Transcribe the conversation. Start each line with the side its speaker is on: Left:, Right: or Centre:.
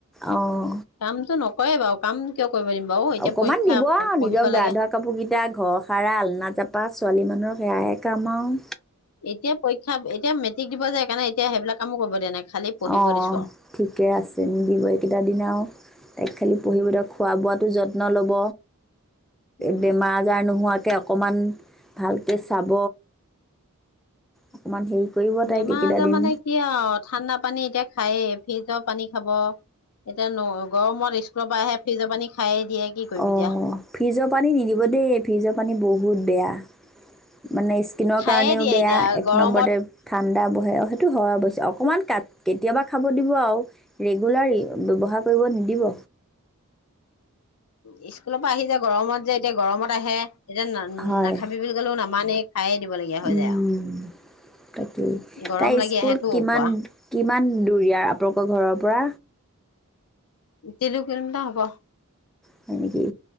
Centre: অঁ
Left: কামটো নকৰে বাৰু কাম কিয় কৰিব দিম বাৰু এতিয়া
Centre: অকণমান
Left: পৰীক্ষা
Centre: দিব আৰু
Left: পঢ়িব
Centre: নিজৰ
Left: লাগে
Centre: গা ধোৱা কাপোৰকেইটা ঘৰ সাৰা আলনা জাপা ছোৱালী মানুহৰ সেয়াই কাম আও
Left: এতিয়া পৰীক্ষা এতিয়া মেট্ৰিক দিব যায় কাৰণে এতিয়া সেইবিলাক কামো কৰিব দিয়া নাই খালি পঢ়িব
Centre: অঁ
Left: দিছো
Centre: ঠিকে আছে নিদিব এইকেইটা দিন আৰু তাইক খালি পঢ়িবদিয়ক খোৱা বোৱাতো যত্ন ল'ব
Left: উম
Centre: বেমাৰ আজাৰ নোহোৱাকে অকণমান ভালকৈ চাব অকণমান হেৰি কৰিব তাইক
Left: বেমাৰ
Centre: এইকেইটা
Left: আজাৰ
Centre: দিন
Left: মানে কি আৰু ঠাণ্ডা পানী এতিয়া খায়ে ফ্ৰিজৰ পানী খাব এতিয়া গৰমত স্কুলৰ পৰা আহে ফ্ৰিজৰ পানী খায়ে দিয়ে কি কৰিম
Centre: অ
Left: এতিয়া
Centre: ফ্ৰিজৰ পানী নিদিব দেই ফ্ৰিজৰ পানী বহুত বেয়া মানে স্কিনৰ
Left: খায়ে
Centre: কাৰণেও
Left: দিয়ে
Centre: বেয়া
Left: এতিয়া
Centre: এক
Left: গৰমত
Centre: নম্বৰতে ঠাণ্ডা বহে সটো হয় অৱশ্যে অকণমান ক কেতিয়াবা খাব দিব আৰু ৰেগুলাৰ ব্যৱহাৰ কৰিব নিদিব
Left: উ স্কুলৰ পৰা আহি যায় গৰমত যে এতিয়া গৰমত আহে এতিয়া না
Centre: হয়
Left: নাখাবি বুলি কলেও নামানেই খায়ে দিবলগীয়া হৈ
Centre: উম,
Left: যায় আও
Centre: তাকেই
Left: গৰম
Centre: তাইৰ
Left: লাগি
Centre: স্কুল
Left: আহেটো
Centre: কিমান
Left: পোৱা
Centre: কিমান দূৰ ইয়াৰ আপোনালোকৰ ঘৰৰ পৰা
Left: তিলু কিলোমিটাৰ হ'ব
Centre: হয় নেকি